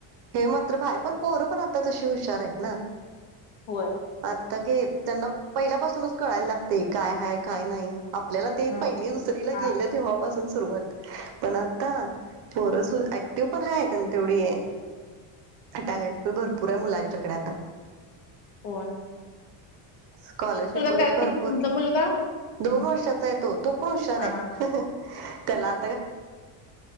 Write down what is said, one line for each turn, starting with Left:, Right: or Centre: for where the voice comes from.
Right: हे मात्र बाय पण पोहर पण आता तशी हुशार आहेत ना
Left: होय
Right: आता गे त्यांना पहिल्यापासूनच कळायला लागते काय ह काय नाही आपल्याला ते
Left: ह
Right: पहिले दुसरीला
Left: हा
Right: गेले तेव्हा पा सुरुवात पण आता थोरस ऍक्टिव्ह पण ह त्यां तेवढी टॅलेंट प भरपूर आहे मुलांच्याकडे आता
Left: हो
Right: स्कॉलरशिप वगैरे
Left: काय
Right: भरपूर
Left: कि तुमचा मुलगा
Right: दोन वर्षाचा आहे तो तो पण हुशार
Left: हा
Right: आहे त्याला